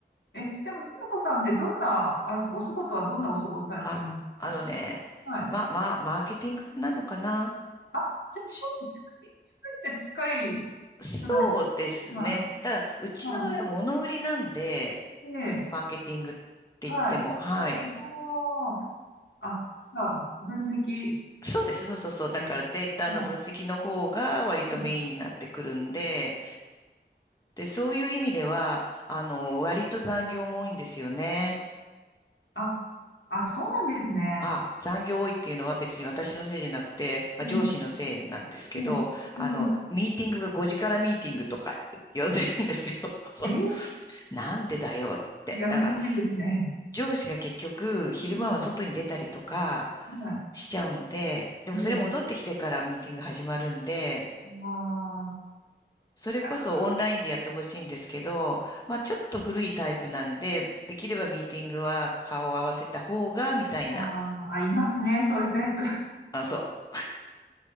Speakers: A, on the left (about 80°); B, on the left (about 20°).
A: え、でも、ひろこさんってどんな、あれです、お仕事はどんなお仕事されてるんですか
B: あ、あのね、
A: はい。
B: ま、ま、マーケティングなのかな
A: あ、じゃあちょっと近い、
B: し
A: 近いっちゃ近い
B: そうですね。
A: くらい。はい。
B: ただ、うちの場合は物売りなんで、
A: はい。で、
B: マーケティングって言っても、
A: は
B: はい。
A: い。もう、あ、じゃあ、分析し
B: そうです。そうそうそう。だからデータの分析の方が割とメインになってくるんで、
A: て、はい。うん、
B: で、そういう意味では、あの、割と残業も多いんですよね。
A: あ、あ、そうなんですね。
B: あ、残業多いっていうのは別に私のせいじゃなくて、まあ、
A: うん、
B: 上司のせいなんですけど、
A: ね、
B: あの、
A: えー
B: ミーティングが5時からミーティングとか呼んでるんですけど、<laughs> そう、
A: えー
B: なんでだよって。
A: やめてほしいですね。
B: だから、上司が結局、昼間は外に出たりとか
A: はい。いない。
B: しちゃうんで、でもそれ戻ってきてからミーティング始まるんで、
A: ね、ああ
B: それこそオンラインでやってほしいんですけど、
A: ー、
B: まあちょっと古いタイプなんで、できればミーティングは顔を合わせた方が、みたいな。
A: あーあ、いますね、そういうタイプ。<laughs>
B: あ、そう。